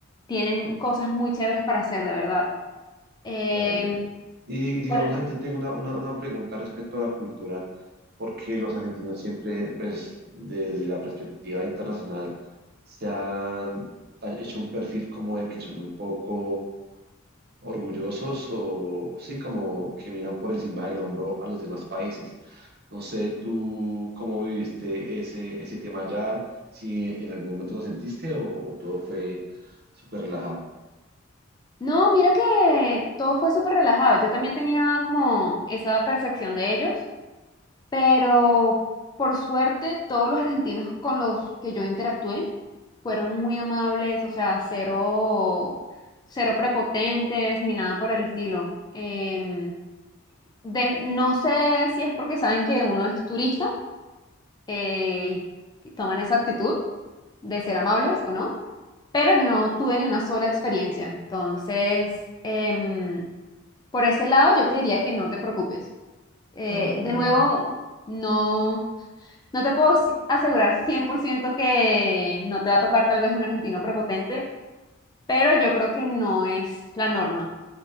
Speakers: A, on the left; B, on the right.
A: tienen cosas muy chéveres para hacer, de verdad. Em,
B: dale. Y digamos,
A: por-
B: ahí te tengo una, una, una pregunta respecto a la cultura, porque los argentinos siempre, pues, desde la perspectiva internacional, se han ha- hecho un perfil como de que son un poco orgullosos o sí, como que miran por encima del hombro a los demás países. No sé tú cómo viviste ese, ese tema allá, si en algún momento lo sentiste o, o todo fue súper relajado.
A: No, mira que todo fue súper relajado. Yo también tenía como esa percepción de ellos, pero por suerte todos los argentinos con los que yo interactué fueron muy amables, o sea, cero, cero prepotentes ni nada por el estilo. Em, de- no sé si es porque saben que uno es turista eh, y toman esa actitud de ser amables o no, pero yo no tuve ni una sola experiencia. Entonces, em, por ese lado, yo te diría que no te preocupes. Eh,
B: Ah, no,
A: de nuevo,
B: dale.
A: no, no te puedo ci- asegurar 100% que no te va a tocar tal vez un argentino prepotente, pero yo creo que no es la norma,